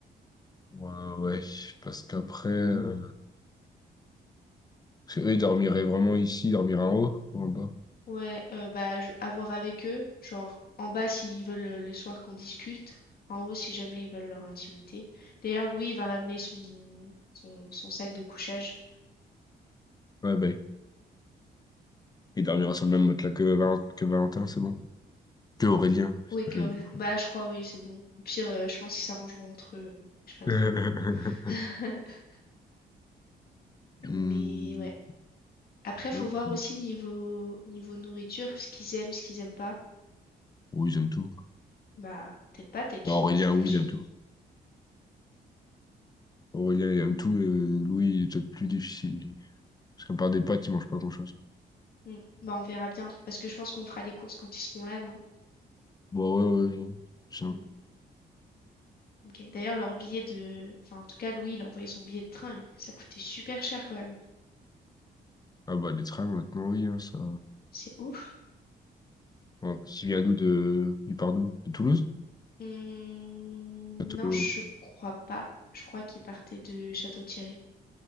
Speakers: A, on the left; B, on the left.
A: Ouais, ouais, parce qu'après, euh, parce que eux, ils dormiraient vraiment ici, ils dormiraient en haut ou en bas.
B: Ouais, euh, bah je- à voir avec eux, genre en bas s'ils veulent euh, le soir qu'on discute, en haut si jamais ils veulent leur intimité. D'ailleurs, Louis il va ramener son, son, son sac de couchage.
A: Ouais, bah, ils dormiraient sur le même matelas que, Val- que Valentin, c'est bon. Que Aurélien, putain,
B: Oui, Corinne.
A: j'avais quoi.
B: Bah, je crois, oui, c'est bon. Au pire, euh, je pense qu'ils s'arrangeront entre eux. Je sais pas
A: <laughs>
B: trop. <laughs>
A: Hmm,
B: Mais ouais. Après, faut
A: ok.
B: voir aussi niveau, niveau nourriture, ce qu'ils aiment, ce qu'ils aiment pas.
A: Oui, ils aiment tout.
B: Bah, peut-être pas, peut-être qu'ils
A: Bah, Aurélien,
B: ont des allergies.
A: oui, il aime tout. Aurélien, il aime tout, mais euh, Louis, il est peut-être plus difficile, lui. Parce qu'à part des pâtes, il mange pas grand-chose.
B: Hmm. Bah, on verra bien. Parce que je pense qu'on fera les courses quand ils seront là, non?
A: Bon, ouais, ouais, ça.
B: Hmm. Ok. D'ailleurs, leur billet de. Enfin, en tout cas, Louis, il a envoyé son billet de train. il- Ça coûtait super cher quand même.
A: Ah bah, les trains, maintenant, oui, hein, ça...
B: C'est ouf.
A: Bon, il vient d'où, de... Il part d'où? De Toulouse?
B: Hmm,
A: De Toulouse.
B: Non, je crois pas. Je crois qu'il partait de Château-Thierry.